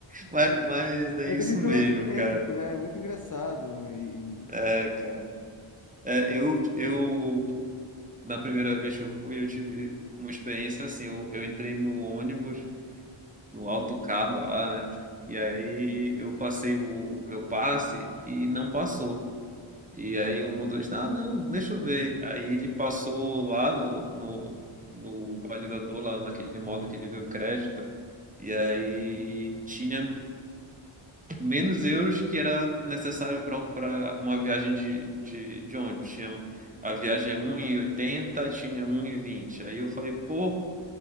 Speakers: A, on the right (about 15°); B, on the left (about 40°).
A: Mas,
B: Mas,
A: mas é
B: mas
A: isso
B: eles
A: mesmo,
B: são assim mesmo,
A: cara.
B: né? É Muito engraçado. E, e-
A: É, cara. É, eu, eu, na primeira vez que eu fui, eu tive uma experiência assim. Eu, eu entrei no ônibus no alto do carro lá, né? E aí eu passei o meu passe e não passou. E aí o motorista, ah, não, deixa eu ver. Aí ele passou lá no, no, no validador, lá naquele modo que ele vê o crédito. E aí tinha menos euros que era necessário para uma viagem de, de, de ônibus. Tinha, a viagem é um e oitenta, tinha um e vinte. Aí eu falei, pô,